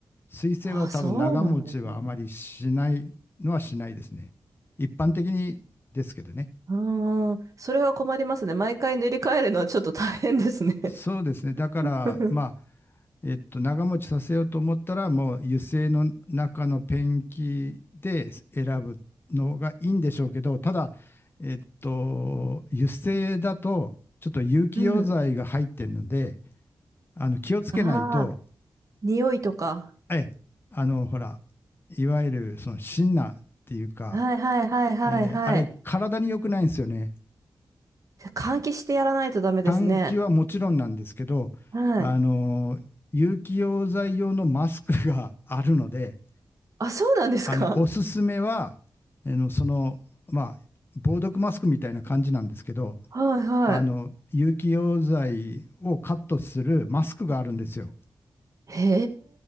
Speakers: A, on the left; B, on the right.
A: 水性は多分長持ちはあまりしないのはしないですね。
B: ああそうなんですね。
A: 一般的にですけどね。
B: あー、それは困りますね。毎回塗り替えるのはちょっと大変ですね。
A: そうですね。だから、
B: <laughs>
A: まあ、えっと、長持ちさせようと思ったら、もう油性の中のペンキで選ぶのがいいんでしょうけど、ただ、えっと、油性だと、ちょっと有機溶剤が入ってるので、
B: うん。
A: あの、気をつけないと、
B: <laughs> ああ、匂いとか。
A: え、あの、ほら、いわゆる、その、シンナーっていうか、
B: はいはいはいはいはい。
A: えーあれ、体に良くないんですよね。
B: じゃあ換気してやらないとダメですね。
A: 換気はもちろんなんですけど、
B: はい。
A: あの、有機溶剤用のマスクがあるので、
B: あ、そうなんですか
A: あの、おすすめは、あの、その、まあ、防毒マスクみたいな感じなんですけど、
B: はいはい。
A: あの、有機溶剤をカットするマスクがあるんですよ。
B: へ